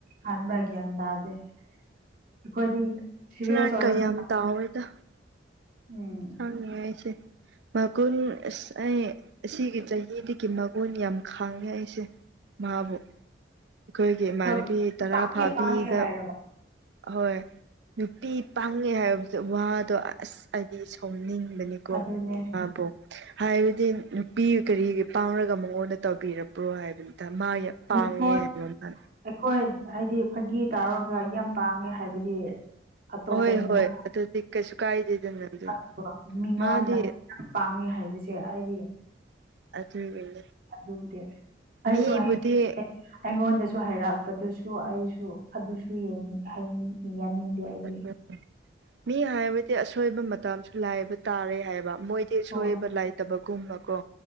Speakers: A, on the right (about 50°); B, on the right (about 65°).
A: ꯍꯥꯟꯕ ꯒ꯭ꯌꯥꯟ ꯇꯥꯗꯦ ꯑꯩꯈꯣꯏꯗꯤ ꯁꯤꯔꯤꯌꯁ
B: ꯐ꯭ꯂꯥꯠꯀ
A: ꯑꯣꯏꯔꯒ
B: ꯌꯥꯝ ꯇꯥꯎꯋꯦꯗ
A: ꯎꯝ
B: ꯍꯪꯉ‌ꯦ ꯑꯩꯁ‌ꯦ ꯃꯒꯨꯟ ꯑꯁ ꯑꯩ ꯑꯁꯤꯒꯤ ꯆꯍꯤꯗꯒꯤ ꯃꯒꯨꯟ ꯌꯥꯝ ꯈꯥꯡꯉꯦ ꯑꯩꯁꯦ ꯃꯥꯕꯨ ꯑꯩꯈꯣꯏꯒꯤ
A: ꯑꯩꯈꯣꯏꯕꯨ
B: ꯏꯃꯥꯟꯅꯕꯤ ꯇꯔꯥ
A: ꯄꯥꯡꯉꯦ
B: ꯐꯥꯕꯤꯗ
A: ꯄꯥꯡꯉꯦ ꯍꯥꯏꯔꯒ
B: ꯑꯍꯣꯏ ꯅꯨꯄꯤ ꯄꯥꯡꯉꯦ ꯍꯥꯏꯕꯗ ꯋꯥꯗꯣ ꯑꯁ ꯑꯩꯗꯤ ꯁꯥꯎꯅꯤꯡꯕꯅꯦ꯫ ꯀꯣ
A: ꯑꯗꯨꯅꯦ
B: ꯑꯥꯕꯣ ꯍꯥꯏꯕꯗꯤ ꯅꯨꯄꯤ ꯀꯔꯤꯒꯤ ꯄꯥꯡꯔꯒ ꯃꯉꯣꯟꯗ ꯇꯧꯕꯤꯔꯕ꯭ꯔꯣ ꯍꯥꯏꯕꯅꯤꯗ ꯃꯥꯌ ꯄꯥꯉꯦ
A: ꯃꯤꯉꯣꯟ
B: ꯍꯥꯏꯕ ꯃ꯫
A: ꯑꯩꯈꯣꯏ ꯍꯥꯏꯗꯤ ꯐꯥꯒꯤ ꯇꯥꯎꯔꯒ ꯌꯥꯝ ꯄꯥꯡꯉꯦ ꯍꯥꯏꯕꯗꯤ ꯑꯇꯣꯞꯄꯅꯤꯅ
B: ꯍꯣꯏ ꯍꯣꯏ ꯑꯗꯨꯗꯤ ꯀꯩꯁꯨ ꯀꯥꯏꯗꯦꯗꯅ
A: <inaudible>
B: ꯑꯗꯨꯅꯤ
A: ꯃꯤꯉꯣꯟꯗ
B: ꯃꯥꯗꯤ
A: ꯄꯥꯡꯉꯦ ꯍꯥꯏꯕꯁꯦ ꯑꯩꯗꯤ
B: ꯑꯗꯨꯒꯤꯅꯤ
A: ꯑꯗꯨꯕꯨꯗꯤ ꯑꯩꯁꯨ
B: ꯃꯤꯕꯨꯗꯤ
A: ꯍꯥꯏꯅꯤꯡꯗꯦ ꯑꯩꯉꯣꯟꯗꯁꯨ ꯍꯩꯔꯛꯄꯗꯨꯁꯨ ꯑꯩꯁꯨ ꯑꯗꯨꯁꯨ ꯌꯦꯡꯅꯤꯡ ꯍꯥꯏꯅꯤꯡ ꯌꯥꯅꯤꯡꯗꯦ꯫ ꯑꯩꯗꯤ
B: <unintelligible> ꯃꯤ ꯍꯥꯏꯕꯗꯤ ꯑꯁꯣꯏꯕ ꯃꯇꯝꯁꯨ ꯂꯥꯏꯕ ꯇꯥꯔꯦ ꯍꯥꯏꯕ꯫ ꯃꯣꯏꯗꯤ ꯑꯁꯣꯏꯕ
A: ꯍꯣꯏ
B: ꯂꯩꯥꯏꯇꯕꯒꯨꯝꯕ ꯀꯣ